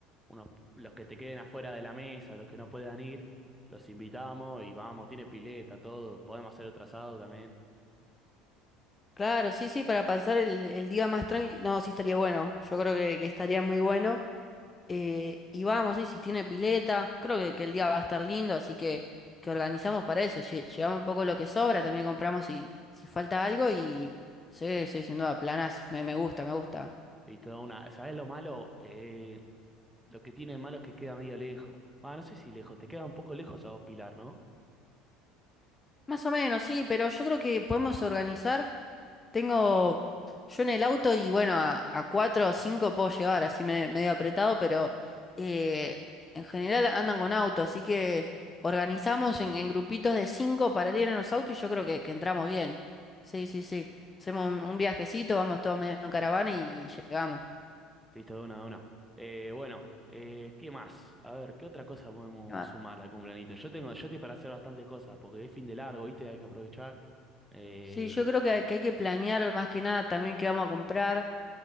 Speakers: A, in the centre; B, on the left.
A: unos, los que te queden afuera de la mesa, los que no puedan ir, los invitamos y vamos, tiene pileta, todo, podemos hacer otro asado también.
B: Claro, sí, sí, para pasar el, el día más tranquilo. No, sí estaría bueno. Yo creo que, que estaría muy bueno. Eh, y vamos, sí, si tiene pileta, creo que, que el día va a estar lindo, así que, que organizamos para eso. Lle- Llevamos un poco lo que sobra, también compramos si, si falta algo y sí, sí, sin duda, planazo. Me, me gusta, me gusta.
A: Y toda una, ¿sabes lo malo? Eh, lo que tiene de malo es que queda medio lejos. Ah, no sé si lejos, te queda un poco lejos a vos Pilar, ¿no?
B: Más o menos, sí, pero yo creo que podemos organizar. Tengo yo en el auto y bueno, a, a cuatro o cinco puedo llevar, así me- medio apretado, pero eh, en general andan con auto, así que organizamos en, en grupitos de cinco para ir en los autos y yo creo que, que entramos bien. Sí, sí, sí. Hacemos un, un viajecito, vamos todos medio en caravana y, y llegamos.
A: Listo, de una, de una. Eh, bueno, eh, ¿qué más? A ver, ¿qué otra cosa podemos
B: Ah,
A: sumar al cumpleaños? Yo tengo, yo estoy para hacer bastantes cosas, porque es fin de largo, ¿viste? Hay que aprovechar. Eh,
B: Sí, yo creo que, hay que hay que planear más que nada también qué vamos a comprar,